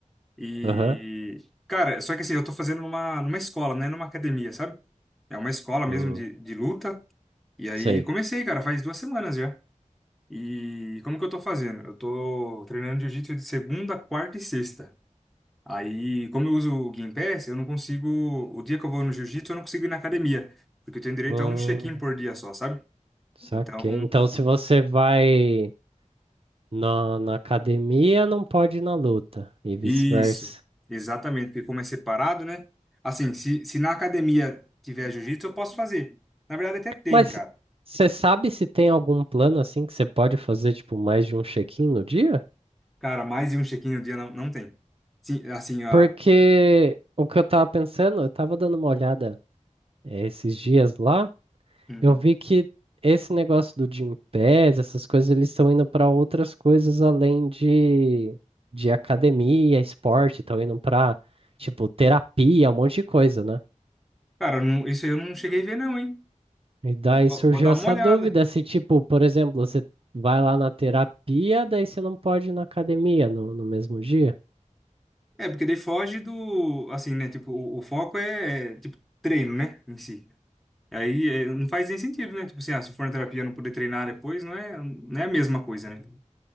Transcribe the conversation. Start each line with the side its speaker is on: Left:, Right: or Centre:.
Centre: e...
Right: Aham.
Centre: Cara, só que assim, eu tô fazendo numa, numa escola, né? Numa academia, sabe? É uma escola mesmo
Right: Hum,
Centre: de, de luta. E aí
Right: sei.
Centre: comecei, cara, faz duas semanas já. E como que eu tô fazendo? Eu tô treinando jiu-jitsu de segunda, quarta e sexta. Aí, como eu uso o Gympass, eu não consigo. O dia que eu vou no jiu-jitsu, eu não consigo ir na academia. Porque eu tenho direito
Right: Hum,
Centre: a um check-in por dia só, sabe?
Right: saquei.
Centre: Então,
Right: Então, se você vai na, na academia, não pode ir na luta, e vice-versa.
Centre: isso. Exatamente, porque como é separado, né? Assim, se, se na academia tiver jiu-jitsu, eu posso fazer. Na verdade, até tem,
Right: Mas
Centre: cara.
Right: você sabe se tem algum plano assim que você pode fazer, tipo, mais de um check-in no dia?
Centre: Cara, mais de um check-in no dia não, não tem. Sim, assim, ó.
Right: Porque o que eu tava pensando, eu tava dando uma olhada eh, esses dias lá,
Centre: Uhum.
Right: eu vi que esse negócio do Gympass, essas coisas, eles estão indo para outras coisas além de, de academia, esporte, estão indo para, tipo, terapia, um monte de coisa, né?
Centre: Cara, não- isso aí eu não cheguei a ver, não, hein?
Right: E daí
Centre: Vou,
Right: surgiu
Centre: vou dar
Right: essa
Centre: uma olhada.
Right: dúvida se, tipo, por exemplo, você vai lá na terapia, daí você não pode ir na academia no, no mesmo dia.
Centre: É, porque daí foge do. Assim, né? Tipo, o, o foco é, é, tipo, treino, né? Em si. Aí é, não faz nem sentido, né? Tipo assim, ah, se for na terapia não poder treinar depois, não é, não é a mesma coisa, né?